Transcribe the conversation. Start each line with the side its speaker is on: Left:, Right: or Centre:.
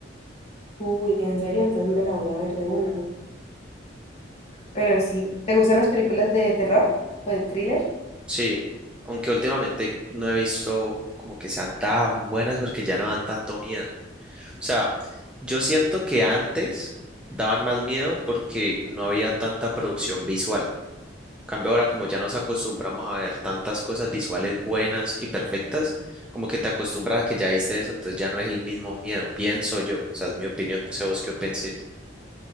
Left: Uy, en serio, entonces me la voy a ver de una. Pero sí, ¿te gustan las películas de terror o de thriller?
Centre: Sí, aunque últimamente no he visto como que sean tan buenas porque ya no dan tanto miedo. O sea, yo siento que antes daban más miedo porque no había tanta producción visual. cambio ahora, como ya nos acostumbramos a ver tantas cosas visuales buenas y perfectas, como que te acostumbras a que ya viste eso, entonces ya no es el mismo miedo, pienso yo, o sea, es mi opinión, no sé vos qué penséis.